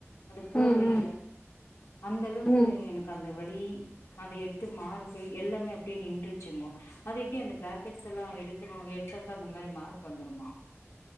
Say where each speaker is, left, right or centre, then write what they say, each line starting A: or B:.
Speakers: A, on the left; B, on the left.
A: அது போவே
B: ம் ம்
A: இல்ல அந்த அளவுக்கு
B: ம் ம்
A: எனக்கு அந்த வலி அந்த எடுத்த மார்க்கு எல்லாமே அப்டியே நின்றுச்சுங்கோ அது எப்டி அந்த ப்ளாக்கெட்ஸ்ல்லா எடுக்கணும் எத்தக்கா அந்த மாரி மார்க்கு வந்துரும்மா